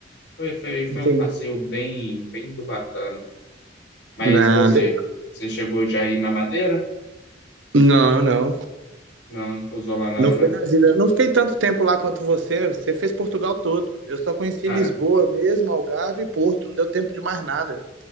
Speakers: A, on the left; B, on the right.
A: Foi, foi, foi
B: entendi.
A: um passeio bem, bem do bacana. Mas
B: Nada.
A: você, você chegou já aí na Madeira?
B: Não, não.
A: Não, não pousou lá não,
B: Não foi
A: né?
B: na ilhas. Não fiquei tanto tempo lá quanto você. Você fez Portugal todo. Eu só conheci
A: Cara,
B: Lisboa mesmo, Algarve e Porto. Não deu tempo de mais nada.